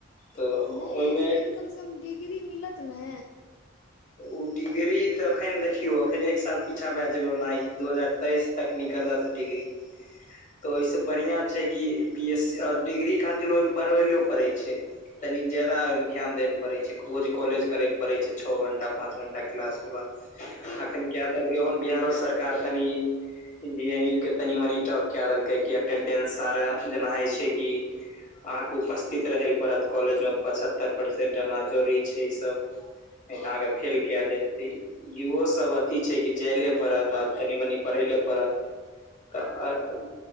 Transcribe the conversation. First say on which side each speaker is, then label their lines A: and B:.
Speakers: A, on the left; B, on the left.
A: तऽ ओहिमे
B: नय हेतै लेकिन कमसँ कम डिग्री मिलत ने
A: ओ डिग्री तऽ एखन देखियौ एखन एक साल पीछा भए जेयबै ओना ई दू हजार तेइस ट्निकलक डिग्री तऽ ओहिसँ बढ़िआँ छै कि बी एस सी आओर डिग्री खातिर ओहिमे पढ़बै ले पड़ै छै तनी जादा ध्यान दै ल पड़ै छै रोज कॉलेज करे ले पड़े छै छओ घंटा पाँच घंटा <unintelligible> क्लास अखन क देलक हन बिहारो सरकार तनि इंजीनियरिंग के तनी मनी टफ क देलकै क अटेंडेंस सारा जेना हय छै की अहाँके उपस्थित रहय ल पड़त कॉलेज मे पचहत्तर परसेंट एना जरै छै ई सब नहि तऽ अहाँ के फेल कय देतै इहो सब अथी छै कि जाइ ले पड़त आ तनी मनी पढ़ै ले पड़त तऽ